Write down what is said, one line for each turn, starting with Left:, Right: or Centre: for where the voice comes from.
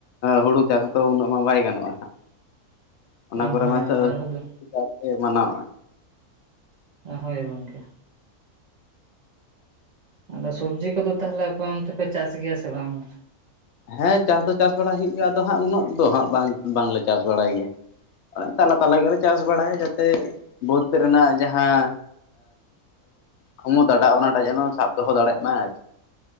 Left: ᱦᱩᱲᱩ ᱪᱟᱥ ᱛᱚ ᱩᱱᱟᱹᱜ ᱢᱟ ᱵᱟᱭ ᱜᱟᱱᱚᱜᱼᱟ ᱦᱟᱜ
Right: <inaudible>
Left: ᱚᱱᱟ ᱠᱚᱨᱮ <unintelligible>
Right: ᱟᱨᱦᱚᱸ ᱫᱚ
Left: ᱢᱟᱱᱟᱣᱼᱟ
Right: ᱦᱳᱭ ᱜᱚᱢᱠᱮ ᱟᱫᱚ ᱥᱚᱵᱽᱡᱤ ᱠᱚᱫᱚ ᱛᱟᱦᱚᱞᱮ ᱟᱯᱮ ᱚᱱᱛᱮ ᱯᱮ ᱪᱟᱥ ᱜᱮᱭᱟ ᱥᱮ ᱵᱟᱝ?
Left: ᱦᱮᱸ ᱪᱟᱥ ᱫᱚ ᱪᱟᱥ ᱵᱟᱲᱟ ᱦᱩᱭᱩᱜ ᱜᱮᱭᱟ ᱟᱫᱚ ᱦᱟᱜ ᱩᱱᱟᱹᱜ ᱫᱚ ᱦᱟᱜ ᱵᱟᱝ ᱵᱟᱝᱞᱮ ᱪᱟᱥ ᱵᱟᱲᱟᱭ ᱜᱮᱭᱟ᱾ ᱛᱟᱞᱟ ᱛᱟᱞᱟ ᱜᱮᱞᱮ ᱪᱟᱥ ᱵᱟᱲᱟᱭᱟ ᱡᱟᱛᱮ ᱵᱟᱹᱫᱽ ᱨᱮᱱᱟᱜ ᱡᱟᱦᱟᱸ ᱠᱷᱚᱢᱚᱛᱟ ᱴᱟᱜ ᱚᱱᱟᱴᱟᱜ ᱡᱮᱱᱚ ᱥᱟᱵ ᱫᱚᱦᱚ ᱫᱟᱲᱮᱭᱟᱜ ᱢᱟ ᱟᱨ